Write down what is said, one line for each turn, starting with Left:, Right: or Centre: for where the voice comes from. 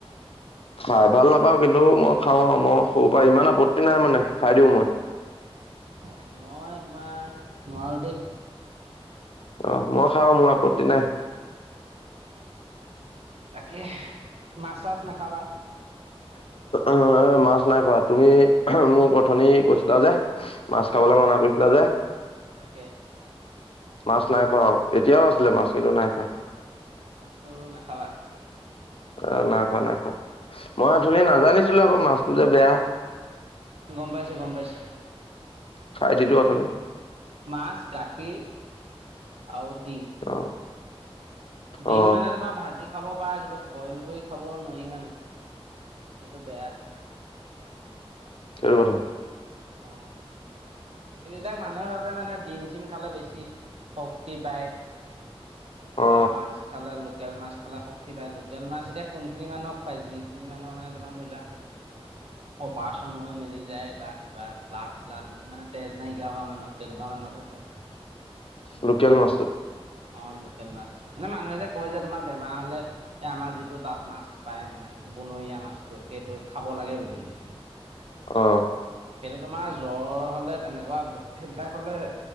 Left: খাই ভাল নাপাওঁ কিন্তু মই খাওঁ মই সৰুৰ পৰা ইমান আপত্তি নাই মানে খাই দিওঁ মই।
Right: অ' মই তোমাৰ নোৱাৰোঁ দেই।
Left: আহ মই খাও, মোৰ আপত্তি নাই।
Right: তাকে, মাছ চাছ নাখাবা।
Left: অ মাছ নাই খোৱা, তুমি মোৰ অথনি কৈছিলা যে। মাছ
Right: অ'
Left: খাবলৈ মনা কৰিছিলা যে।
Right: তাকে
Left: মাছ নাই খোৱা এতিয়াও আছিলে মাছ কিন্তু নাই খোৱা।
Right: আছোঁ নাখাবা।
Left: অ' নাখোৱা নাখোৱা মই আঁঠনি নাজানিছিলো আকৌ মাছটো যে বেয়া।
Right: গম পাইছোঁ, গম পাইছো।
Left: খাই দিলো আথনি।
Right: মাছ গাখীৰ, আৰু ডিম।
Left: অ
Right: দিম
Left: অ
Right: মানে তোমাৰ ভাজি খাব পাৰা কিন্তু বইল কৰি খাবও নোৱাৰি মানে। সেইটো বেয়া।
Left: এটো কথা।
Right: অ' এবিলাক মানুহে ভাৱে মানে ডিম চিম খালে বেছি শক্তি পায়,
Left: অ
Right: বা মাছ খালে লোক লোকেল মাছ খালে শক্তি পায়। লোকেল মাছ এতিয়া কোনখিনি মানুহক খুৱাই যিখিনি মানুহৰ মানে তোমাৰ ধই লোৱা অপাচন হৈ মেলি যায় বা কিবা ব্লাড চিলাড মানে তেজ নাইকিয়া হোৱা মানুহক, তেনেকুৱা মানুহকহে খুৱাই।
Left: লোকেল মাছটো।
Right: অ' লোকেল মাছ, মানে মানুহে যে কয় যে তোমাৰ বেমাৰ হলে আমাৰ যিটো তাত মাছ পায় মানে। বনৰীয়া মাছটো, সেইটো খাব লাগে বুলি যে।
Left: আহ।
Right: সেইটো তোমাৰ জ্বৰ হলে তেনেকুৱা সেইবিলাক হলে